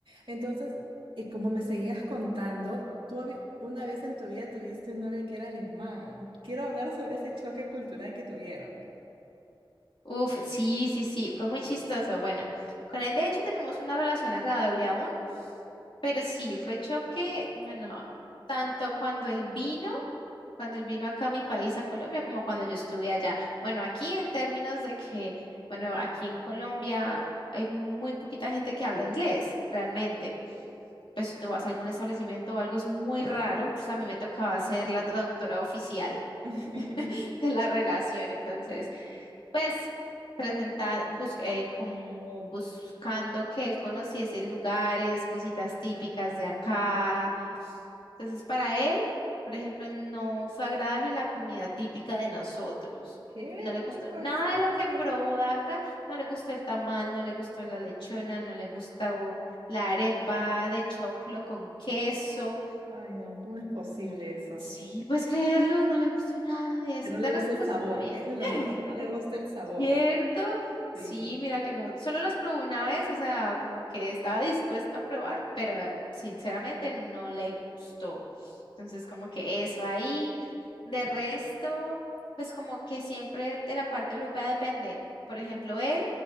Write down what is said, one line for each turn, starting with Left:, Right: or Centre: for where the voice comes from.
Right: Entonces, y como me seguías contando, tú habi- una vez en tu vida tuviste un novio que era alemán. Quiero hablar sobre ese choque cultural que tuvieron.
Left: Uf, sí, sí, sí, fue muy chistoso. Bueno, con él de hecho tenemos una relación agradable aún, pero sí, fue choque, bueno, tanto cuando él vino, cuando él vino acá a mi país, a Colombia, como cuando yo estuve allá. Bueno, aquí en términos de que, bueno, aquí en Colombia hay muy poquita gente que habla inglés, realmente. Pues si tú vas a algún establecimiento o algo, es muy raro. Pues a mí me tocaba ser la traductora oficial
Right: <laughs>
Left: <laughs> de la relación, entonces pues presentar, como buscando que él conociese lugares, cositas típicas de acá. Entonces, para él, por ejemplo, no fue agradable la comida típica de nosotros.
Right: ¿Qué?
Left: No le
Right: ¿Cómo
Left: gustó
Right: es posible?
Left: nada de lo que probó de acá, no le gustó el tamal, no le gustó la lechona, no le gustó la arepa de choclo con queso.
Right: Ay, no, ¿cómo es posible eso?
Left: Sí, puedes creerlo, no le gustó nada de eso.
Right: Que no le
Left: De
Right: gusta
Left: resto
Right: el
Left: pues,
Right: sabor,
Left: fue súper
Right: eso es lo malo,
Left: bien.
Right: no le
Left: <laughs>
Right: gusta el sabor.
Left: ¿Cierto? Sí,
Right: Sí.
Left: mira que no, solo los probé una vez, o sea, como que estaba dispuesto a probar, pero sinceramente no le gustó. Entonces, como que eso ahí. De resto, pues como que siempre de la parte europea depende. Por ejemplo, él,